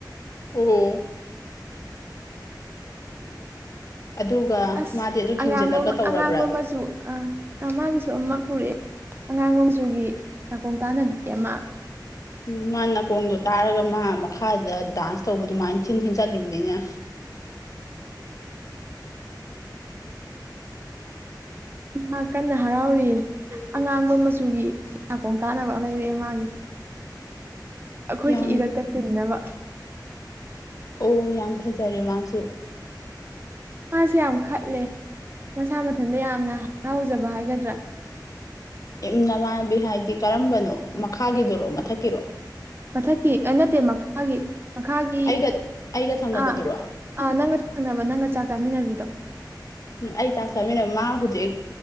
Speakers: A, on the left; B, on the right.
A: ꯑꯣ ꯑꯗꯨꯒ
B: ꯑꯁ
A: ꯃꯥꯗꯤ ꯑꯗꯨ
B: ꯑꯉꯥꯡꯕ
A: ꯊꯤꯡꯖꯤꯜꯂꯒ ꯇꯧꯔꯕ꯭ꯔꯕ
B: ꯑꯉꯥꯡꯕ ꯃꯆꯨ ꯑ ꯑ ꯃꯥꯒꯤꯁꯨ ꯑꯃ ꯄꯨꯔꯛꯑꯦ ꯑꯉꯥꯡꯕ ꯃꯆꯨꯒꯤ ꯅꯥꯀꯣꯡ ꯇꯥꯟꯅꯕꯤ ꯑꯃ
A: ꯎꯝ ꯃꯥ ꯅꯥꯀꯣꯡꯗꯣ ꯇꯥꯔꯒ ꯃꯥ ꯃꯈꯥꯗ ꯗꯥꯟꯁ ꯇꯧꯕ ꯑꯗꯨꯃꯥꯏꯅ ꯊꯤꯟ ꯊꯤꯟ ꯆꯠꯂꯤꯕꯅꯤꯅꯦ
B: ꯃꯥ ꯀꯟꯅ ꯍꯔꯥꯎꯔꯤꯌꯦ ꯑꯉꯥꯡꯕ ꯃꯆꯨꯒꯤ ꯅꯥꯀꯣꯡ ꯇꯥꯅꯕ ꯑꯝ ꯂꯩꯔꯛꯑꯦ ꯃꯥꯒꯤ ꯑꯩꯈꯣꯏꯒꯤ
A: ꯌꯥꯝ
B: ꯏꯔꯛꯇ ꯇꯤꯟꯅꯕ
A: ꯑꯣ ꯌꯥꯝ ꯐꯖꯔꯦ ꯃꯥꯁꯨ
B: ꯃꯥꯁꯤ ꯌꯥꯝ ꯈꯠꯂꯦ ꯃꯁꯥ ꯃꯊꯟꯇ ꯌꯥꯝꯅ ꯍꯔꯥꯎꯖꯕ ꯍꯥꯏꯒꯗ꯭ꯔꯥ
A: ꯏꯝ ꯅꯃꯥꯟꯅꯕꯤ ꯍꯥꯏꯗꯤ ꯀꯔꯝꯕꯅꯣ ꯃꯈꯥꯒꯤꯗꯨꯔꯣ ꯃꯊꯛꯀꯤꯔꯣ
B: ꯃꯊꯛꯇꯤ ꯅꯠꯇꯦ ꯃꯈꯥꯒꯤ ꯃꯈꯥꯒꯤ
A: ꯑꯩꯒ ꯑꯩꯒ ꯊꯪꯅꯕꯗꯨꯔꯣ
B: ꯑ ꯑꯥ ꯅꯪꯒ ꯊꯪꯅꯕ ꯅꯪꯒ ꯆꯥꯛ ꯆꯥꯃꯤꯟꯅꯕꯤꯗꯣ
A: ꯎꯝ ꯑꯩ ꯆꯥꯛ ꯆꯥꯃꯤꯟꯅꯕ ꯃꯥ ꯍꯧꯖꯤꯛ